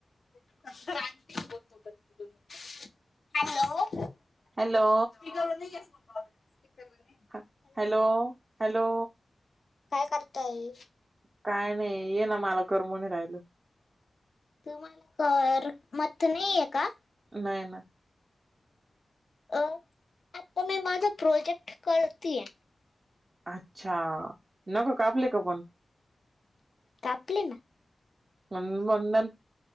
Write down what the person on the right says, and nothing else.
हॅलो.
ह हॅलो हॅलो.
काय नाही, ये ना मला करमना राहिलं.
नाही नाही.
अच्छा, नक कापले का पण?
म्हणण.